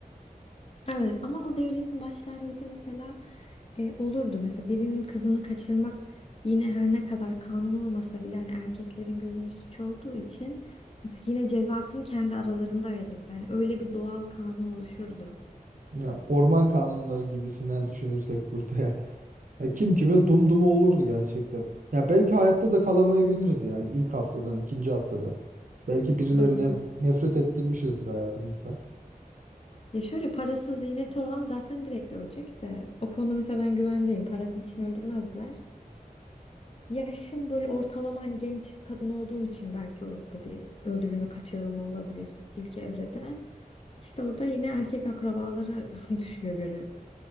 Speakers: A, on the left (about 40°); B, on the right (about 60°).
A: Evet ama o devletin başlangıcı mesela e, olurdu. Mesela birinin kızını kaçırmak yine her ne kadar kanun olmasa bile hani erkeklerin gözünde suç olduğu için yine cezasını kendi aralarında verirdi. Hani öyle bir doğal kanun oluşurdu.
B: Ya orman kanunları gibisinden düşünürsek burada ya. Ya kim kime dumdumu olurdu gerçekten. Ya belki hayatta da kalamayabiliriz ya ilk haftadan, ikinci haftada. Belki birilerine
A: Doğru.
B: nefret ettirmişizdir hayatımızda.
A: Ya şöyle parasız ziyneti olan zaten direkt ölecek de o konuda mesela ben güvendeyim. Param için öldürmezler. Yaşım böyle ortalama hani genç kadın olduğum için belki orada bir öldürülme kaçırılma olabilir ilk evrede. İşte orada yine erkek akrabalara <laughs> düşüyor görev.